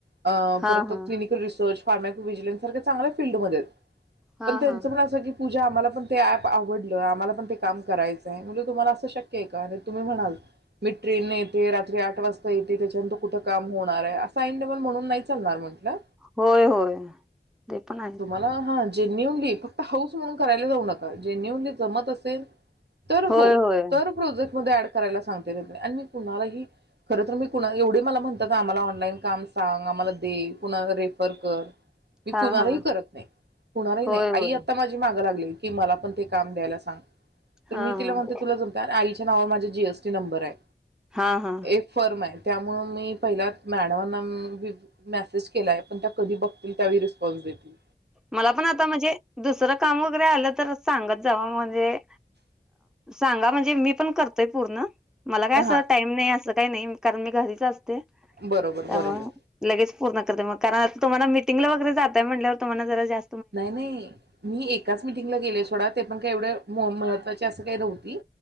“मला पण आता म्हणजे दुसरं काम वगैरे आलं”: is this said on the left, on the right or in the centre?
Centre